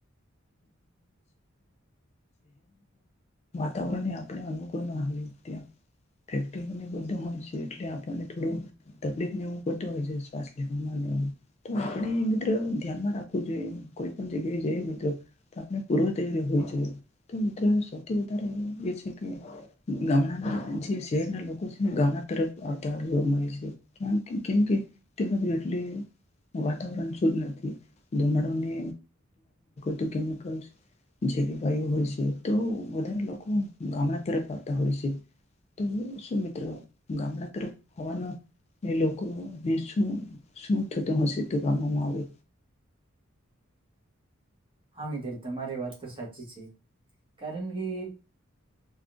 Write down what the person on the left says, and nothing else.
છે <unintelligible> વાતાવરણ આપણે અનુકૂળ ન ત્યા ફેક્ટરીને બધું હોય છે એટલે ને થોડું તકલીફ નેવું વાતા હોય છે શ્વાસ લેવામાં નેવું તો આપણે મિત્ર ધ્યાનમા રાખવું જોઈએ. કોઈ પણ જગ્યાએ જઈએ મિત્ર તો આપણે પૂર્વતૈયારી હોવી જોઈએ, કે મિત્ર સૌથી વધા છે કે ગામડાના જે શહેરના લોકો છે ને ગામડા તરફ આવતા જોવા મળે છે કેમ કે તે બાજુ એટલી વાતાવરણ શુદ્ધ નથી ધુમાડાને ત કેમિકલ જેરી વાયુ હોય છે તો વધારે લોકો ગામડા તરફ આવતા હોય છે. તો શું મિત્રો ગામડા તરફ આવવાનું એ લોકોને શું શું થતું હશે તો ગામમાં આવે?